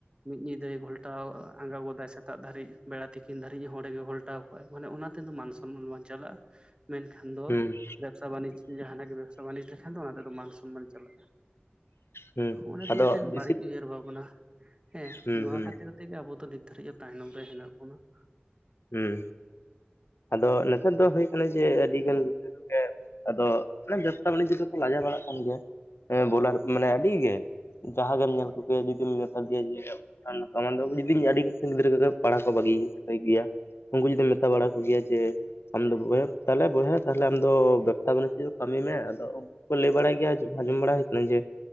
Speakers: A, on the right; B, on the left.
A: ᱢᱤᱫ ᱧᱤᱫ ᱜᱷᱚᱞᱴᱟᱣ ᱟᱸᱜᱟ ᱜᱚᱫᱟᱭ ᱥᱮᱛᱟᱜ ᱫᱷᱟᱹᱨᱤᱡ ᱵᱮᱲᱟ ᱛᱤᱠᱤᱱ ᱫᱷᱟᱹᱨᱤᱡ ᱦᱚᱸ ᱚᱰᱮᱜ ᱜᱮ ᱜᱷᱟᱞᱴᱟᱣ ᱠᱚᱜ-ᱟᱭ ᱢᱟᱱᱮ ᱚᱱᱟ ᱛᱮ ᱫᱚ ᱢᱟᱱ ᱥᱚᱱᱢᱟᱱ ᱵᱟᱝ ᱪᱟᱞᱟᱜ-ᱟ ᱢᱮᱱᱠᱷᱟᱱ ᱫᱚ
B: ᱦᱩᱸ ᱦᱩᱸ
A: ᱵᱮᱵᱽᱥᱟ ᱵᱟᱹᱱᱤᱡ ᱡᱟᱦᱟ ᱱᱟᱜ ᱜᱮ ᱵᱮᱵᱥᱟ ᱵᱟᱹᱱᱤᱡᱽ ᱞᱮᱠᱷᱟᱱ ᱫᱚ ᱚᱱᱟ ᱛᱮᱫᱚ ᱢᱟᱱ ᱥᱚᱱᱢᱟᱱ ᱪᱟᱞᱟᱜ-ᱟ
B: ᱦᱩᱸ
A: ᱚᱱᱟ ᱫᱚ
B: ᱟᱫᱚ
A: ᱢᱤᱫᱴᱮᱱ
B: ᱵᱮᱥᱤ
A: ᱵᱟᱹᱲᱤᱡ ᱩᱭᱦᱟᱹᱨ ᱵᱷᱟᱵᱱᱟ ᱦᱮᱸ
B: ᱦᱩᱸ
A: ᱱᱚᱣᱟ
B: ᱦᱩᱸ
A: ᱠᱷᱟᱹᱛᱤᱨ ᱛᱤ ᱟᱵᱚ ᱫᱚ ᱱᱤᱛ ᱫᱷᱟᱹᱨᱤᱡ ᱫᱚ ᱛᱟᱭᱱᱚᱢ ᱨᱮ ᱦᱮᱱᱟᱜ ᱵᱚᱱᱟ ᱾
B: ᱦᱩᱸ ᱟᱫᱚ ᱱᱮᱛᱟᱨ ᱫᱚ ᱦᱩᱭ ᱠᱟᱱᱟ ᱡᱮ ᱟᱹᱰᱤ ᱜᱟᱱ ᱜᱤᱫᱟᱹᱨ ᱜᱮ ᱟᱫᱚ ᱵᱮᱯᱵᱥᱟ ᱵᱟᱱᱤᱡᱚ ᱫᱚᱠᱚ ᱞᱟᱡᱟᱣ ᱵᱟᱲᱟᱜ ᱠᱟᱱ ᱜᱮᱭᱟ, ᱦᱮᱸ ᱵᱚᱞᱟᱨ ᱢᱟᱱᱮ ᱟᱹᱰᱤ ᱜᱮ ᱾ ᱡᱟᱦᱟᱸ ᱜᱮᱢ ᱧᱮᱞ ᱠᱚᱜᱮᱭᱟ, ᱡᱩᱫᱤᱢ ᱢᱮᱛᱟ ᱫᱮᱭᱟ ᱡᱮ ᱟᱨ ᱱᱚᱝᱠᱟᱱ ᱫᱚ ᱟᱹᱰᱤ ᱜᱤᱫᱽᱨᱟᱹ ᱯᱟᱲᱦᱟᱣ ᱠᱚ ᱵᱟᱹᱜᱤ ᱵᱟᱜᱤ ᱜᱮᱭᱟ ᱩᱱᱠᱩ ᱡᱩᱫᱤᱢ ᱢᱮᱛᱟ ᱵᱟᱲᱟ ᱠᱚ ᱜᱮᱭᱟ ᱡᱮ, ᱟᱢ ᱫᱚ ᱵᱚᱭᱦᱟ ᱛᱟᱦᱚᱞᱮ ᱵᱚᱭᱦᱟ, ᱟᱢ ᱫᱚ ᱵᱮᱵᱽᱥᱟ ᱵᱟᱹᱱᱤᱡᱚ ᱠᱟᱹᱢᱤ ᱢᱮ, ᱟᱫᱚ ᱚᱠ ᱠᱚ ᱞᱟᱹᱭ ᱵᱟᱲᱟᱭ ᱜᱮᱭᱟ ᱡᱮ ᱟᱸᱡᱚᱢ ᱵᱟᱲᱟ ᱦᱩᱭ ᱟᱠᱟᱱᱟ, ᱡᱮ